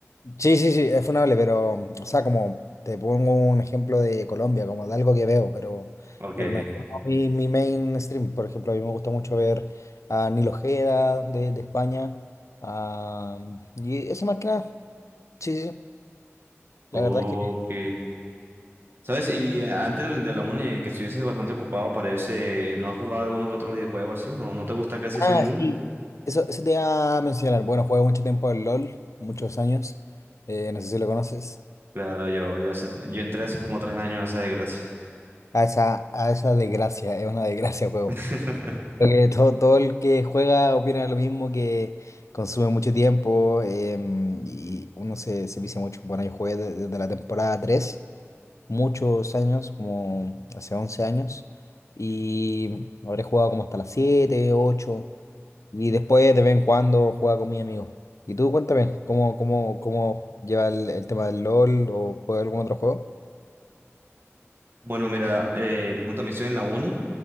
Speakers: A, on the left (about 90°); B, on the right (about 50°).
A: Sí, sí, sí, es funable, pero, o sea, como te pongo un ejemplo de Colombia, como de algo que veo, pero,
B: Ok,
A: pero
B: ok.
A: no es como mi, mi mainstream Por ejemplo, a mí me gusta mucho ver a Nil Ojeda de, de España. a y eso más que nada, sí, sí, sí,
B: Ok.
A: la verdad es que...
B: ¿Sabes? Y antes de de la uni, que estuvieses bastante ocupado, parece, ¿no has jugado uno que otro videojuego así? ¿No, no te gusta casi ese
A: Ah,
B: mundo?
A: sí. Eso, eso te iba a mencionar. Bueno, jugué mucho tiempo al LOL, muchos años. eh, no sé si lo conoces.
B: Claro, yo, yo, hace, yo entré hace como tres años a esa desgracia.
A: A esa, a esa desgracia, es una desgracia el juego.
B: <laughs>
A: Creo que todo, todo el que juega opina lo mismo, que consume mucho tiempo em, y uno se, se vicia mucho. Bueno, yo jugué de- desde la temporada 3 muchos años, como hace 11 años, y habré jugado como hasta las 7 8 y después de vez en cuando jugaba con mis amigos. Y tú cuéntame, ¿cómo, cómo, cómo lleva el, el tema del LOL o juega algún otro juego?
B: Bueno, mira, eh, yo también estoy en la uni,